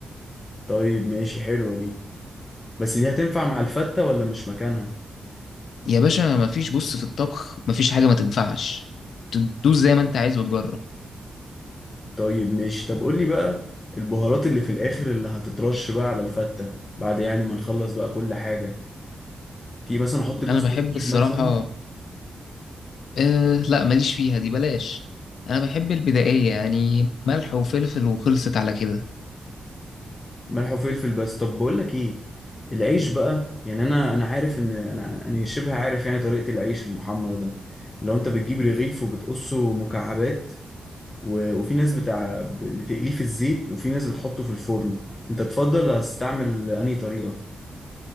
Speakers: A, on the left; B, on the left.
A: طيب ماشي حلوة دي بس دي هتنفع مع الفتة ولا مش مكانها
B: يا باشا مفيش بص في الطبخ مفيش حاجة ما تنفعش تدوس زي ما انت عايز وتجرب
A: طيب ماشي طب قول لي بقى البهارات اللي في الاخر اللي هتترش بقى على الفتة بعد يعني ما نخلص بقى كل حاجة في مثلا احط جوز
B: انا بحب
A: الطيب
B: الصراحة
A: مثلا
B: أه لا ماليش فيها دي بلاش انا بحب البدائيه يعني ملح وفلفل وخلصت على كده
A: ملح وفلفل بس طب بقول لك ايه العيش بقى يعني انا انا عارف ان انا انا شبه عارف يعني طريقة العيش المحمر ده لو انت بتجيب رغيف وبتقصه مكعبات و... وفي ناس بتاع بتقليه في الزيت وفي ناس بتحطه في الفرن انت تفضل هتستعمل انهي طريقة